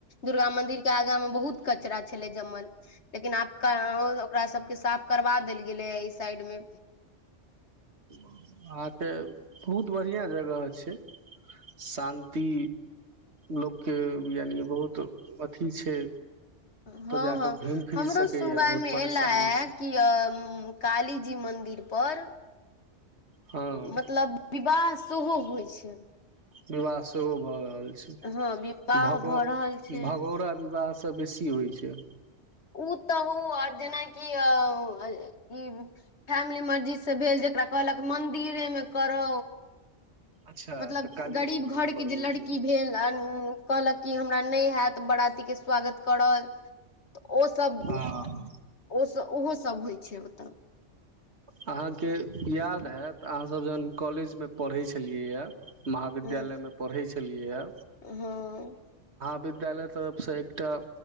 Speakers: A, on the left; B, on the right.
A: दुर्गा मंदिर के आगा में बहुत कचरा छलै जमल लेकिन आब कहा ओकरा सबके साफ करबा देल गेलै है ई साइड मे
B: अहाँ के बहुत बढ़िआँ जगह छै शान्ति लोक के यानि बहुत अथी छै
A: हँ
B: तऽ जाकऽ
A: हँ
B: घुमि फिर
A: हमरो
B: सकैए
A: सुनवाय
B: बहुत
A: मे
B: परेशानी
A: एला हे
B: से
A: कि अ काली जी मंदिर पर
B: हँ
A: मतलब विवाह सेहो होइ छै
B: विवाह सेहो भऽ रहल छै
A: हँ विवाह
B: भगो
A: भऽ रहल छै
B: भगौरा विवाह सँ बेसी होइ छै
A: ओ तऽ हो आओर जेनाकि अ ई फैमिली मर्जी सँ भेल जे ओकरा कहलक मन्दिरे मे करौ
B: अच्छा
A: मतलब
B: तऽ कालिये
A: गरीब
B: मंदिर
A: घरके
B: पर
A: जे
B: होइ
A: लड़की
B: छै
A: भेल आ कहलक कि हमरा नहि हैत बराती के स्वागत करल तऽ ओसभ
B: हँ
A: ओसभ ओहोसभ होइ छै ओतय
B: अहाँके याद हैत अहाँसभ जहन कॉलेज मे पढ़ै छलियैए महाविद्यालय
A: ह
B: मे पढ़ै छलियैए
A: हँ
B: विद्यालय तरफ सँ एकटा